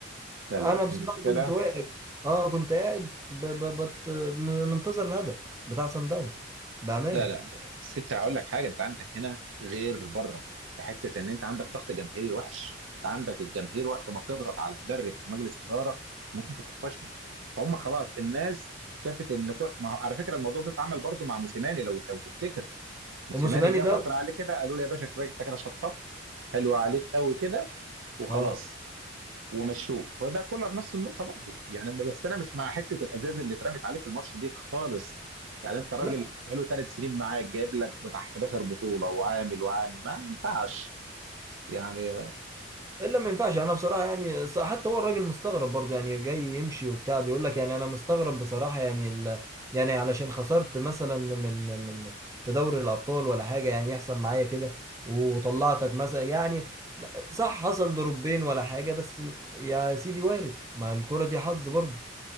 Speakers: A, on the right; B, on the right.
A: لا
B: انا
A: لا
B: بصراحة
A: المشكله
B: كنت واقف اه كنت قاعد ب... ب... بت... م- منتظر الهدف بتاع سان داونز بأمان
A: لا لا بس انت هقول لك حاجه انت عندك هنا غير بره في حته ان انت عندك ضغط جماهيري وحش انت عندك الجماهير وقت ما بتضغط على مدرب او مجلس اداره ممكن تطفشهم فهم خلاص الناس شافت ان كل... ما... على فكره الموضوع ده اتعمل برضه مع موسيماني لو لو تفتكر موسيماني
B: وموسيماني
A: جه
B: ده
A: فتره عليه كده قالوا له يا باشا كفايه انت كده شطبت حلو عليك قوي كده وخلاص
B: اه
A: ومشوه وده كولر نفس النقطه برضه يعني بس انا مش مع حته الازاز اللي اترمت عليه في الماتش دي خالص يعني انت راجل
B: لا
A: بقاله ثلاث سنين معاك جايب لك بتاع 11 بطوله وعامل وعامل ما ينفعش يعني
B: الا ما ينفعش انا بصراحه يعني ص- حتى هو الراجل مستغرب برضه يعني جاي يمشي وبتاع بيقول لك يعني انا مستغرب بصراحه يعني ال... يعني علشان خسرت مثلا من من في دوري الابطال ولا حاجه يعني يحصل معايا كده وطلعتك مثلا يعني م- صح حصل ضربين ولا حاجه بس م- يا سيدي وارد ما الكره دي حظ برضه